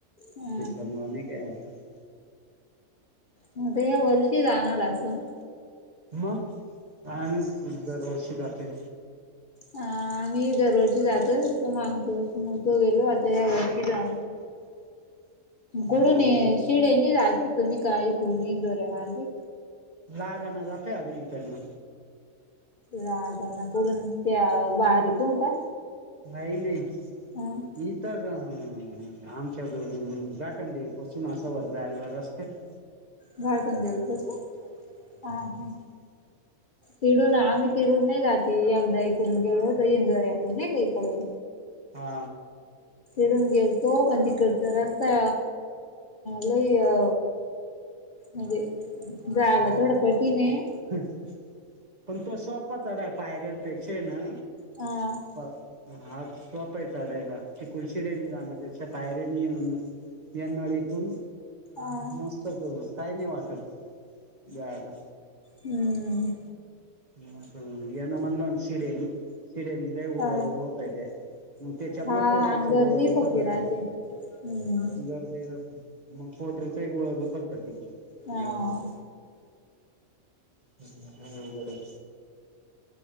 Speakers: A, on the left; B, on the right.
A: ह
B: त्याच्यामुळे नाही काय वाटत
A: म आता या वर्षी जाणार असं ना.
B: मग कायमत दरवर्षी जाते.
A: ह आम्ही दरवर्षी जातो असं मागच्यावर्षी नव्हतो गेलो आता या्या वर्षी जा.
B: <inaudible>
A: कोडून ये
B: दर
A: शिडे नाही जात होतो मी का इकडून, इंदुरी मार्गगे.
B: लागा न जात आभी इकेडन.
A: रागा <unintelligible> त्या बारीक होण का?
B: नाहीले.
A: ह
B: इत का ह आमच्या घरुन गाटंधदेयाई पासून असं वर जायला रस्ते नाही. <inaudible>
A: घाटून देवी पासून हा हा.
B: <inaudible>
A: तिडून आम्ही तिडून नाही जाती एकदा इकडून गेलो इंदरकड नाही का इकडून.
B: हा
A: तिथून गेल तो पण तिकड रस्ता लई अ म्हणजे जायला थोड कठीने आहे.
B: ह पण तो सोपा चढा पायऱ्यांपेक्षा ना
A: ह
B: अ हा सोप आहे. चढायला तिकुन शीडडेनी जाणया पेक्षा पायरनी येन मग. या नळीतून
A: अ
B: मस्त काही नाही वाटत जायला.
A: हम
B: हा आता यांना म्हणलं सीडायडीनी. सिडयानी लैय उरव
A: हा
B: होतय त्या मग त्याच्यामुळे
A: हा
B: पोटरीच
A: गर्दी
B: गोळा दुखत
A: पकी
B: होती.
A: राहते. हम्म
B: गर्दी राहती मग पोटरीचा गोळा दुखत रात हे
A: हा
B: होते. हम्म लैय उवघड आहे.